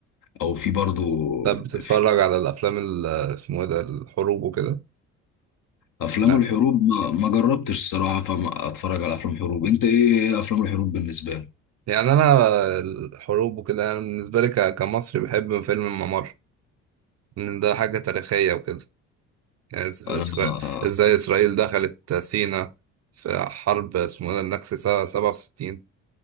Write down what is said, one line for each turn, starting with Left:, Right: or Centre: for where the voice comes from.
Left: او في برضو
Right: طب بتتفرج
Left: في
Right: على الافلام ال- اسمه ايه ده الحروب وكده؟
Left: افلام
Right: لا
Left: الحروب ما, ما جربتش الصراحة فما اتفرج على افلام حروب انت ايه إيه افلام الحروب بالنسبة لك
Right: يعني انا آه، الحروب وكده انا بالنسبه لي ك- كمصري بحب فيلم الممر لان ده حاجه تاريخيه وكده إز-
Left: انا
Right: إسرا- ازاي اسرائيل دخلت سينا في حرب اسمه إيه ده النكسة سنة 67